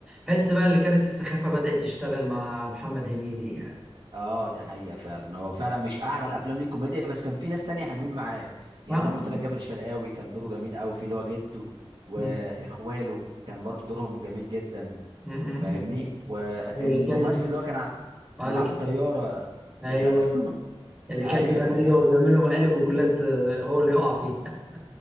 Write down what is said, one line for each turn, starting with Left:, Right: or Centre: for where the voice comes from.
Centre: حس بقى اللي كانت السخافة بدأت تشتغل مع محمد هنيدي يعني
Right: اه دي حقيقه فعلا هو فعلا مش اعلى الافلام ليه كوميديا بس كان في ناس تانية حلوين معاه يعني
Centre: ها
Right: زي ما قلت لك جابر الشرقاوي كان دوره جميل قوي في اللي هو جده واخواله
Centre: م-
Right: كان برضو دورهم جميل جدا
Centre: م- م.
Right: فاهمني والممثل
Centre: واللي كان
Right: اللي هو كان ع-
Centre: آه،
Right: اللي
Centre: اللي
Right: معاه في الطياره
Centre: كان
Right: اللي
Centre: ايوه
Right: فاكره <laughs>
Centre: اللي
Right: ايوه
Centre: كان بيعمل
Right: كان جا...
Centre: له بيعمل له مقالب وكلات آه، هو اللي يقع فيها